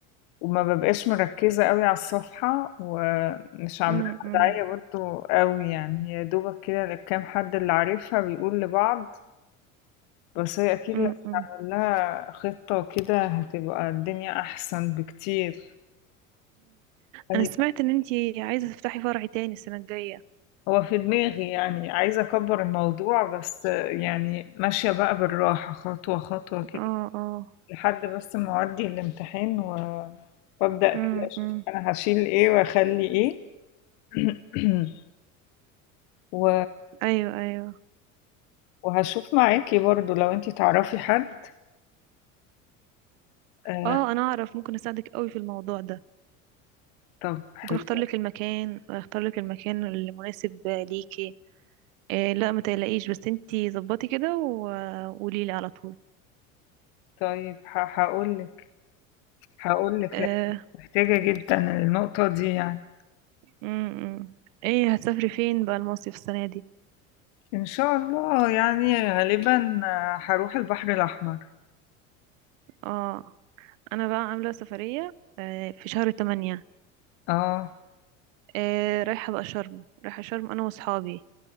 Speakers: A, on the left; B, on the right.
A: وما بابقاش مركزة أوي على الصفحة، ومش عاملة
B: امم
A: لها داعية برضه أوي يعني، هي يا دوبك كده للكام حد اللي عارفها بيقول لبعض، بس هي أكيد
B: امم
A: لو عمل لها خطة كده هتبقى الدنيا أحسن بكتير. أيوه
B: انا سمعت ان انتي عايزة تفتحي فرع تاني السنة الجاية
A: هو في دماغي يعني، عايزة أكبّر الموضوع بس يعني ماشية بقى بالراحة خطوة، خطوة كده.
B: اه اه
A: لحد بس ما اودي الامتحان و... وابدا
B: امم
A: كده اشوف
B: امم
A: انا هشيل ايه واخلي ايه <clears throat> و...
B: ايوه ايوه
A: وهشوف معاكي برضو لو انتي تعرفي حد آه
B: اه انا اعرف ممكن اساعدك قوي في الموضوع ده
A: طب حلو
B: ممكن اختار لك المكان اختار لك المكان المناسب ليكي إيه لا ما تقلقيش بس انتي ظبطي كده وقولي لي على طول
A: طيب ه... هقولك هقولك
B: آه.
A: لأ محتاجة جدا النقطة دي يعني
B: امم ايه هتسافري فين بقى المصيف السنه دي
A: ان شاء الله يعني غالبا آه، هروح البحر الاحمر
B: اه انا بقى عامله سفريه آه في شهر 8
A: اه
B: آه رايحه بقى شرم رايحه شرم انا واصحابي